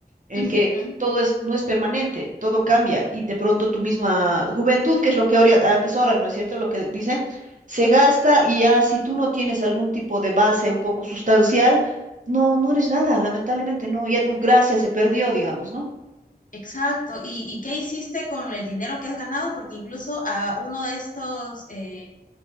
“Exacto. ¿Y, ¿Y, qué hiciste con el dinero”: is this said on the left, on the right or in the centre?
Left